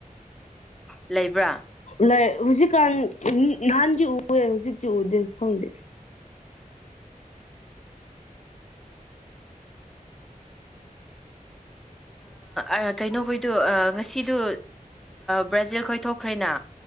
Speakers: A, in the centre; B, on the left.
A: ꯂꯩꯕ꯭ꯔꯥ
B: ꯂ ꯍꯧꯖꯤꯛꯀꯥꯟ ꯅꯍꯥꯟꯗꯤ ꯎꯑꯦ ꯍꯧꯖꯤꯛꯇꯤ ꯎꯗꯦ ꯈꯪꯗꯦ
A: ꯑ ꯀꯩꯅꯣ ꯍꯣꯏꯗꯨ ꯉꯁꯤꯗꯨ ꯕ꯭ꯔꯥꯖꯤꯜ ꯈꯣꯏ ꯊꯣꯛꯣꯛꯈ꯭ꯔꯦꯅ